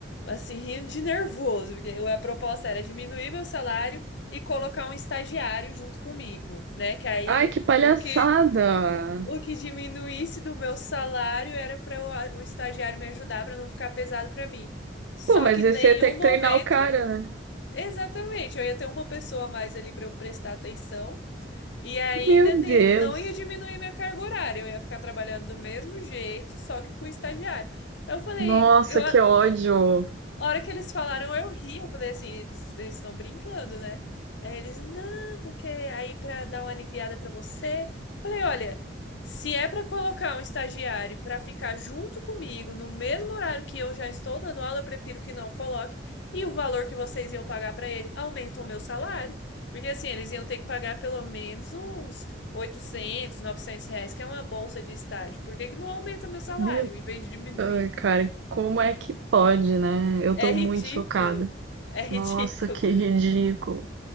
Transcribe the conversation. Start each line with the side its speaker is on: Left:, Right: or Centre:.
Left: Assim, rindo de nervoso, porque a proposta era diminuir meu salário e colocar um estagiário junto comigo, né? Que aí
Right: ai,
Left: o
Right: que palhaçada!
Left: o que o que diminuísse do meu salário era para o estagiário me ajudar para não ficar pesado para mim. Só
Right: Pô, mas
Left: que em
Right: você
Left: nenhum
Right: ia ter que
Left: momento,
Right: treinar o cara, né?
Left: exatamente, eu ia ter uma pessoa a mais ali para eu prestar atenção E ainda
Right: Meu
Left: ne-
Right: Deus.
Left: não ia diminuir minha carga horária, eu ia ficar trabalhando do mesmo jeito, só que com estagiário. Aí Eu falei,
Right: Nossa,
Left: eu,
Right: que ódio.
Left: a hora que eles falaram, eu ri, eu falei assim, eles eles estão brincando, né? Aí eles, não, porque aí pra dar uma aliviada pra você. Falei, olha, se é pra colocar um estagiário pra ficar junto comigo no mesmo horário que eu já estou dando aula, eu prefiro que não coloque. E o valor que vocês iam pagar pra ele aumenta o meu salário. Porque assim, eles iam ter que pagar pelo menos uns 800, 900 reais, que é uma bolsa de estágio. Por que que não aumenta meu salário
Right: Meu,
Left: em vez de diminuir?
Right: ai, cara, como é que pode, né? Eu
Left: É
Right: tô
Left: ridículo.
Right: muito chocada.
Left: É ridículo.
Right: Nossa, que ridículo.